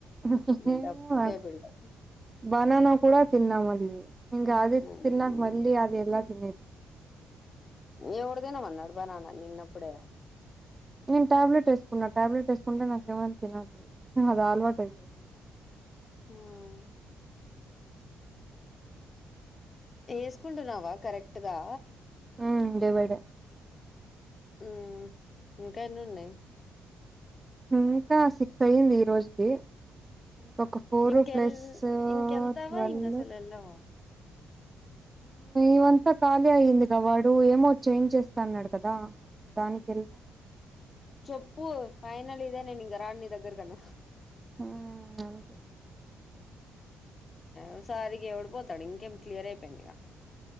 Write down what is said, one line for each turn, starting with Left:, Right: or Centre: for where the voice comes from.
Right: ఇంకా
Left: బిల్డప్
Right: నాకు
Left: కె బిల్డప్
Right: బనానా కూడా తిన్నామళ్ళి, ఇంగా అది
Left: మ్మ్
Right: తిన్నక మళ్ళీ అది ఎలా తినేది. అ
Left: ఎవడుతినమన్నాడు. బనానా నిన్ను అప్పుడే
Right: నేను ట్యాబ్ట్ వేసుకున్నా, ట్యాబ్ట్ వేసుకుంటే నాకు ఏమన్నా తినాలి. అది అలవాటు అయిపోయింది.
Left: ఉమ్ ఎసుకుంటున్నావా. కరెక్ట్గా
Right: ఉమ్ డే బయ్ డే
Left: ఉ ఇంకా ఎన్ని ఉన్నాయి్
Right: ఇంకా సిక్స్ అయ్యింది ఈ రోజుకి ఇంకొక ఫోర్
Left: ఇంకెల్
Right: ప్లస్
Left: ఇంకెళ్తావా
Right: ట్వల్్
Left: ఇంక అసలు ఎళ్ళవా
Right: ఇవంతా ఖాళీ అయి్యిందిగా వాడు ఏమో చేంజ్ చేస్తా అన్నాడు కదా దానికి వెళ్తా
Left: చెప్పు ఫైనల్ ఇదేనేేను ఇక రాడి నీ దగ్గరకన్నా
Right: ఉ అంతే
Left: ఆసారిగా ఎవడిపోతాడు ఇంకేం క్లియర్ అయిపోయింది ఇక